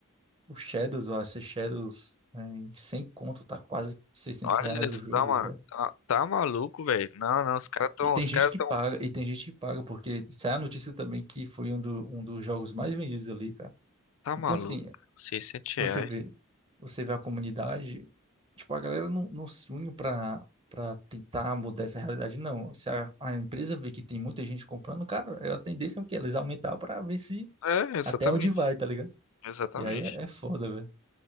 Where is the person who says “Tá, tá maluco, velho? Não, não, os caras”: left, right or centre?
Left